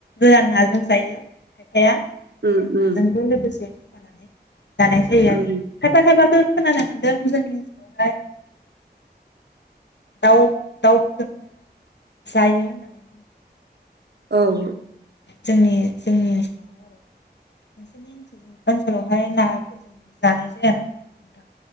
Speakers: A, on the left (about 80°); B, on the right (about 70°).
A: गोरान नाजों जायो खायफाया
B: उम
A: गोथां
B: उम
A: नाजोंबो लोगोसे नानै <unintelligible> जानाय जायो
B: उम
A: आरो खायफा खायफाब खोनानो मोन्दों जोंनि ओनसोलावहाय दाउ दाउफोरजों जायो होननानै
B: औ
A: जोंनि जोंनि ओनसोलावहाय आरो नोंसोरनि ओ ओनसोलावहाय नाफोरजों जानाय जाया नामा नोंथां <unintelligible>